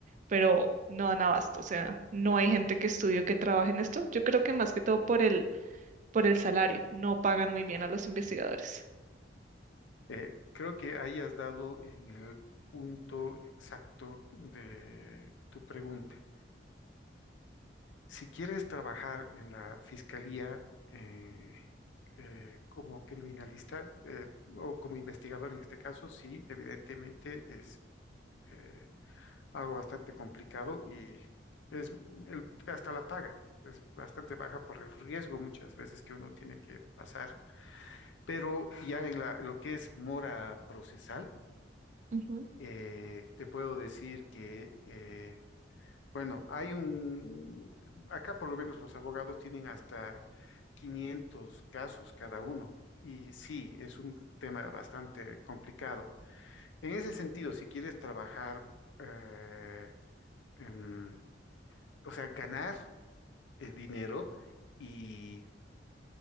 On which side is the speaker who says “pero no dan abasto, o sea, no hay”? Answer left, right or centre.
Right